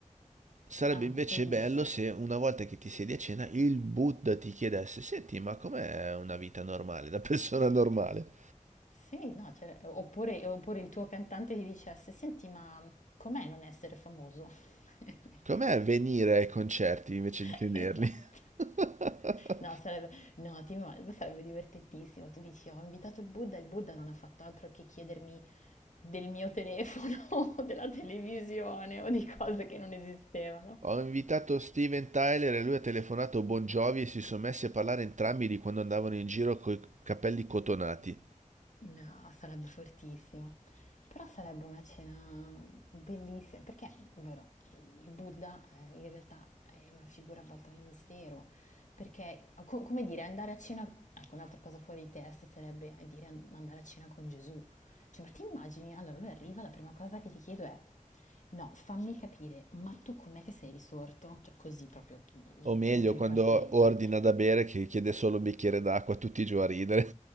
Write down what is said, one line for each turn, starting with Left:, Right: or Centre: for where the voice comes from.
Right: Sarebbe
Left: Ah,
Right: invece
Left: tu dici?
Right: bello se una volta che ti siedi a cena il Buddha ti chiedesse, senti, ma com'è una vita normale, da <laughs> persona normale?
Left: Sì, no, cioè, oppure, oppure il tuo cantante ti dicesse, senti, ma com'è non essere famoso? <laughs>
Right: Com'è venire ai concerti invece
Left: <laughs>
Right: di tenerli?
Left: Esatto.
Right: <laughs>
Left: No, sarebbe, no, ti immag- sarebbe divertentissimo. Tu dici, ho invitato il Buddha, il Buddha non ha fatto altro che chiedermi del mio telefono, <laughs> o della televisione o di cose che non esistevano.
Right: Ho invitato Steven Tyler e lui ha telefonato Bon Jovi e si sono messi a parlare entrambi di quando andavano in giro coi capelli cotonati.
Left: No, sarebbe fortissimo. Però sarebbe una cena bellissima, perché vero, il Buddha eh, in realtà è una figura avvolta nel mistero, perché co- come dire, andare a cena, ecco un'altra cosa fuori di testa sarebbe dire an- andare a cena con Gesù. Cioè, ma ti immagini? Allora lui arriva, la prima cosa che gli chiedo è, no, fammi capire, ma tu com'è che sei risorto? Cioè così proprio, mm,
Right: O
Left: mm,
Right: meglio,
Left: punto di
Right: quando
Left: partenza.
Right: ordina da bere che chiede solo un bicchiere d'acqua, tutti giù a ridere.